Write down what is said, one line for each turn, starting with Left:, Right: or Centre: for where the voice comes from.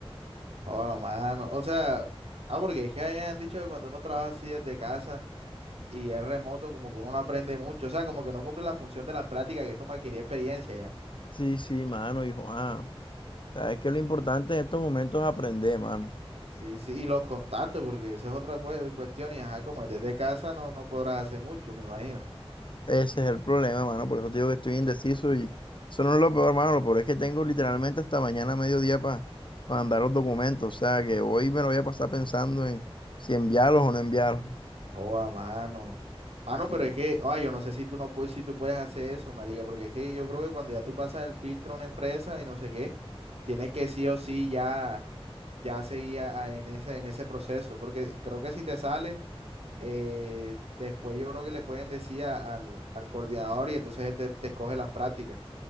Right: Oh, a mano. O sea, ah, porque es que hayan dicho que cuando uno trabaja así desde casa y es remoto, como que uno no aprende mucho. O sea, como que no cumple la función de las prácticas, que es como adquirir experiencia ya.
Left: Sí, sí, mano, y joder, o sea, es que lo importante en estos momentos es aprender, mano.
Right: Sí, sí. Y los contactos, porque esa es otra cue- cuestión. Y ajá, como es desde casa no, no podrás hacer mucho, me imagino.
Left: Ese es el problema, mano. Por eso te digo que estoy indeciso y eso no es lo peor, mano. Lo peor es que tengo literalmente hasta mañana a mediodía para mandar los documentos. O sea, que hoy me lo voy a pasar pensando en si enviarlos o no enviarlos.
Right: Oh, a mano. Mano,
Left: Sí,
Right: pero es
Left: man.
Right: que, ay, yo no sé si tú no puedes, si tú puedes hacer eso, marica, porque es que yo creo que cuando ya tú pasas el filtro a una empresa y no sé qué, tienes que sí o sí ya, ya seguir a- a- en ese, en ese proceso, porque creo que si te sale, eh, después yo creo que le pueden decir a- al, al coordinador y entonces él te, te escoge las prácticas.